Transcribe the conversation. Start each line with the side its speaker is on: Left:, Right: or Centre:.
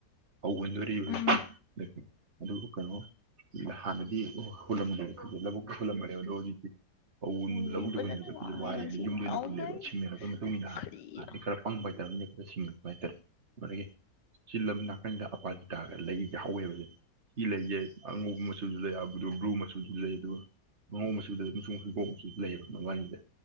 Right: ꯐꯧ ꯍꯨꯟꯗꯧꯔꯤ ꯍꯟꯗꯛꯇꯤ
Left: ꯎꯝ
Right: ꯑꯗꯨꯕꯨ ꯀꯩꯅꯣ ꯍꯥꯟꯅꯗꯤ ꯍꯨꯜꯂꯝꯗꯦꯏ ꯂꯧꯕꯨꯛꯇ ꯍꯨꯜꯂꯝꯕꯅꯦꯕ ꯑꯗꯣ ꯍꯧꯖꯤꯛꯇꯤ ꯐꯧ ꯍꯨꯟꯕ
Left: ꯎꯏ
Right: ꯁꯦ ꯂꯧꯕꯨꯛꯇ
Left: ꯐꯖꯅ
Right: ꯍꯨꯟꯅ ꯍꯨꯟꯕꯁꯦ
Left: ꯋꯥꯡꯉꯦ
Right: ꯋꯥꯏꯗꯅꯥ
Left: ꯉꯁꯤ
Right: ꯌꯨꯝꯗ ꯑꯣꯏꯅꯥ
Left: ꯀꯥꯎꯗꯩ
Right: ꯍꯨꯜꯂꯦꯕ ꯁꯤꯡꯅꯔꯛꯄꯒꯤ ꯃꯇꯨꯡ ꯏꯟꯅꯥꯟꯗꯤ
Left: ꯀꯔꯤꯔ
Right: ꯍꯥꯟꯅꯗꯤ ꯈꯔ ꯄꯪꯕ ꯍꯥꯏꯇꯥꯔꯅꯦ ꯁꯤꯡꯉꯄ ꯍꯥꯏꯇꯥꯔꯦ ꯑꯗꯨꯗꯒꯤ ꯁꯤ ꯂꯝ ꯅꯥꯀꯟꯗ ꯑꯄꯥꯖꯤꯇ ꯇꯥꯒ ꯂꯩꯗꯤ ꯍꯧꯋꯦꯕꯁꯦ ꯁꯤ ꯂꯩꯖꯦ ꯑꯉꯧꯕ ꯃꯆꯨꯁꯨ ꯂꯩ ꯕ꯭ꯂꯨ ꯃꯆꯨꯁꯨ ꯂꯩ ꯑꯗꯨꯒ ꯉꯉꯧ ꯃꯆꯨꯗ ꯂꯩ ꯍꯤꯒꯣꯛꯁꯨ ꯂꯩꯌꯦꯕ ꯃꯃꯥꯡꯁꯤꯗ